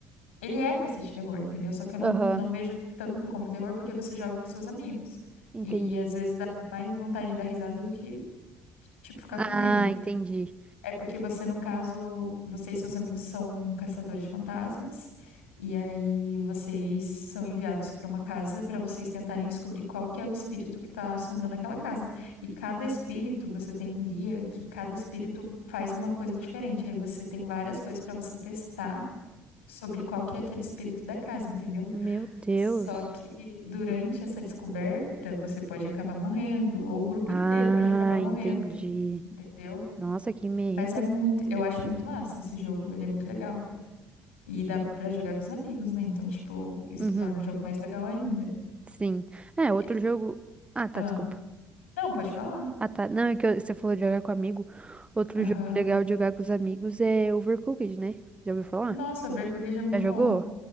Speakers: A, on the left; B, on the right.
A: Ele é pra ser de terror, entendeu? Só que eu não,
B: Aham,
A: não vejo tanto como terror porque você joga com seus amigos.
B: entendi.
A: E às vezes dá mais vontade de dar risada do que, tipo, ficar
B: Ah,
A: com medo.
B: entendi.
A: É porque você, no caso, você e seus amigos são caçadores de fantasmas, e aí vocês são enviados para uma casa para vocês tentarem descobrir qual que é o espírito que está assombrando aquela casa. E cada espírito, você tem um guia que cada espírito faz uma coisa diferente. Aí você tem várias coisas para você testar sobre qual que é aquele espírito da casa, entendeu?
B: Meu Deus.
A: Só que durante essa descoberta, você pode acabar morrendo, ou o grupo
B: Ah,
A: inteiro pode acabar morrendo,
B: entendi.
A: entendeu?
B: Nossa, que medo.
A: Mas é muito, eu acho muito massa esse jogo, ele é muito legal. E dá pra jogar com os amigos, né? Então, tipo, isso
B: Uhum,
A: torna o jogo mais legal ainda.
B: sim. É, outro
A: E-
B: jogo. Ah, tá,
A: Ah,
B: desculpa.
A: não, pode falar.
B: Ah, tá. Não, é que eu- você falou de jogar com amigo. Outro
A: Aham.
B: jogo legal de jogar com os amigos é Overcooked, né? Já ouviu falar?
A: Nossa, Berkugid é muito
B: Já jogou?
A: bom.